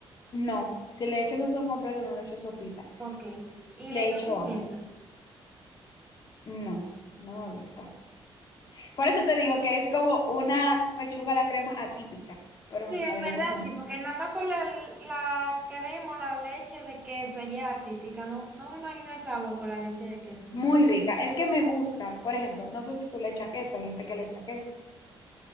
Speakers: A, on the left; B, on the right.
A: No, si le echo sazón completo, no le echo sopita.
B: Ok. Y
A: Le
B: le echas
A: echo
B: pimienta.
A: ajo. No, no me gusta. Por eso te digo que es como una pechuga a la crema atípica,
B: Sí,
A: pero me
B: en
A: sale
B: verdad
A: buena.
B: sí, porque nada más con la, la crema o la leche de queso ya típica, no, no me imagino el sabor con la leche de queso, en
A: Muy
B: verdad.
A: rica. Es que me gusta, por ejemplo, no sé si tú le echas queso, hay gente que le echa queso.